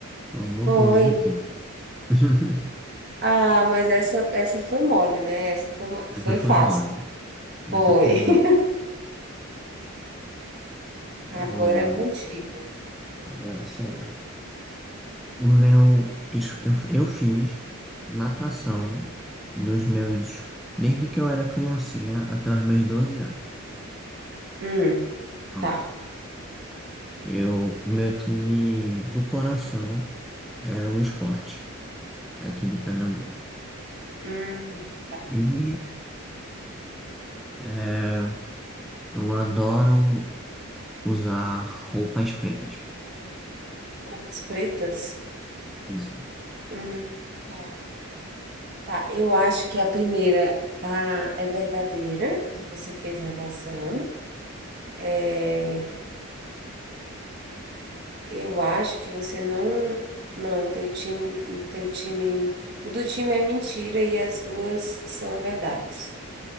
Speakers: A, in the centre; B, on the right.
A: alguma
B: foi.
A: coisa do tipo. <laughs>
B: Ah, mas essa essa foi mole, né? Essa foi ma- foi
A: Essa foi
B: fácil.
A: mole. Essa
B: Foi.
A: foi mole.
B: <laughs>
A: Ah,
B: Agora é contigo.
A: agora sou eu. O meu. Eu, eu fiz natação dos meus. Desde que eu era criancinha até os meus 12 anos.
B: Hum,
A: Ah,
B: tá.
A: Eu, o meu time do coração é o esporte, aqui de Pernambuco.
B: Hum, tá.
A: E é, eu adoro usar roupas pretas.
B: Roupas pretas?
A: Isso.
B: Hum, tá. Tá, eu acho que a primeira tá, é verdadeira, que você fez natação. É, eu acho que você não. Não, teu time, teu time. O do time é mentira e as duas são verdades.